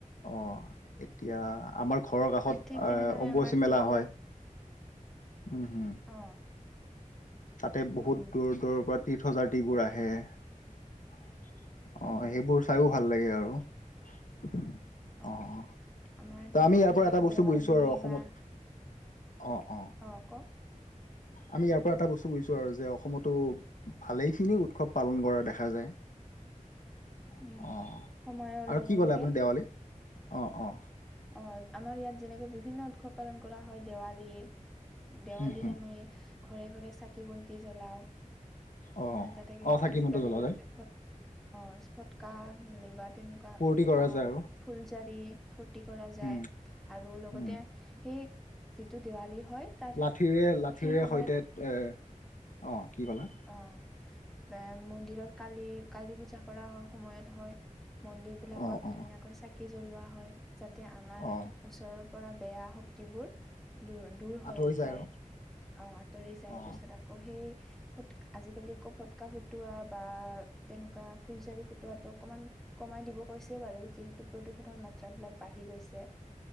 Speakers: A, on the left (about 70°); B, in the centre.
A: অ', এতিয়া আমাৰ ঘৰৰ কাষত
B: ঠিক তেনেদৰে
A: অম্বুবাচী
B: আমাৰ যিবিলাক
A: মেলা হয়। উম, হুম।
B: অ
A: তাতে বহুত
B: উম
A: দূৰৰ, দূৰৰ পৰা তীৰ্থযাত্ৰীবোৰ আহে। অ',
B: উম
A: সেইবোৰ চাইও ভাল লাগে আৰু। অ' ত'
B: অ আমাৰ তেনেদৰে
A: আমি ইয়াৰ পৰা এটা বস্তু
B: দেৱালী
A: বুজিছোঁ আৰু অসমত
B: বা
A: অ', অ'।
B: অ', কওক।
A: আমি ইয়াৰ পৰা এটা বস্তু বুজিছো আৰু যে, অসমতো ভালেখিনি উৎসৱ পালন কৰা দেখা যায়। অ',
B: উম সময়ৰ
A: আৰু
B: লগে
A: কি ক'লে
B: লগে
A: আপুনি দেৱালী? অ', অ'।
B: অ', আমাৰ ইয়াত যেনেকৈ বিভিন্ন উৎসৱ পালন কৰা হয় দেৱালীৰ। দেৱালীত
A: হুম হুম
B: আমি ঘৰে, ঘৰে চাকি বন্তি জ্বলাও।
A: অ
B: তাতেকে
A: অ চাকি
B: আজিকালি
A: বন্তি জ্বলোৱা যায়
B: ফট অ', ফটকা নহলেবা তেনেকুৱা
A: ফূৰ্তি কৰা
B: অ',
A: যায় আৰু
B: ফুলজাৰি ফূৰ্তি কৰা যায়,
A: উম
B: আৰু লগতে
A: উম
B: সেই যিটো দেৱালী হয় তাত
A: লাঠিৰে লাঠিৰে
B: সেই সময়ত
A: সৈতে এ, অ', কি কলা?
B: অ', বা মন্দিৰত কালি, কালি পূজা কৰা হয়, সময়ত হয়। মন্দিৰ বিলাকত
A: অ অ
B: ধুনীয়াকৈ চাকি জ্বলোৱা হয়। যাতে আমাৰ
A: অ
B: ওচৰৰ পৰা বেয়া শক্তিবোৰ দুৰ দূৰ হৈ
A: আঁতৰি
B: যায়
A: আৰু
B: অ', আঁতৰি যায়
A: অ
B: পিছত আকৌ সেই ফট, আজিকালি আকৌ ফটকা ফুটোৱা বা, তেনেকুৱা ফুলজাৰি ফুটোৱাটো অকণমান, কমাই দিব কৈছে বাৰু যিহেতু প্ৰদূষণৰ মাত্ৰা বিলাক বাঢ়ি গৈছে।